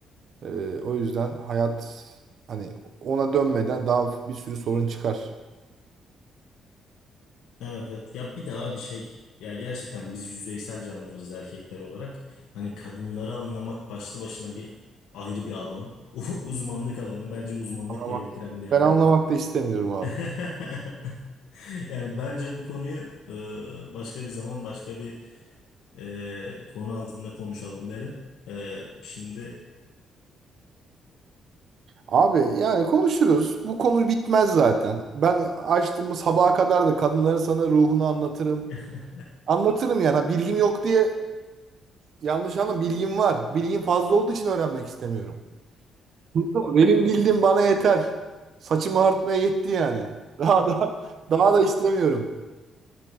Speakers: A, on the right; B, on the left.
A: Ee, o yüzden hayat hani ona dönmeden daha bir sürü sorun çıkar.
B: Evet evet. Ya bir daha bir şey. Ya gerçekten biz yüzeysel canlılarız erkekler olarak. Hani kadınları anlamak başlı başına bir ayrı bir alan. <laughs> Uzmanlık alanı. Bence uzmanlık
A: Anlamak.
B: gerektiren bir alan.
A: Ben Evet. anlamak da istemiyorum
B: <laughs>
A: abi.
B: <laughs> Yani bence bu konuyu e, başka bir zaman başka bir e, konu altında konuşalım derim. E, şimdi
A: Abi yani konuşuruz. Bu konu bitmez zaten. Ben açtığımız sabaha kadar da kadınların sana ruhunu anlatırım.
B: <laughs>
A: Anlatırım yani. Ha, Bilgim yok diye yanlış anlama. Bilgim var. Bilgim fazla olduğu için öğrenmek istemiyorum. Anladın mı? Benim bildiğim bana yeter. Saçımı artmaya yetti yani. Daha da daha da istemiyorum.